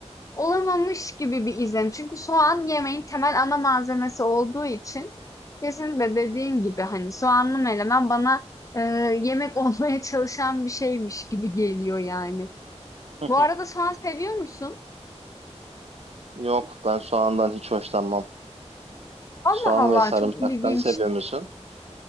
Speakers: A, on the left; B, on the right.
A: olamamış gibi bir izlenim. Çünkü soğan yemeğin temel ana malzemesi olduğu için kesinlikle dediğin gibi hani soğanlı menemen bana e, yemek <laughs> olmaya çalışan bir şeymiş gibi geliyor yani.
B: <laughs>
A: Bu arada soğan seviyor musun?
B: Yok ben soğandan hiç hoşlanmam.
A: Allah
B: Soğan
A: Allah
B: ve sarımsaktan
A: çok ilginç.
B: seviyor musun?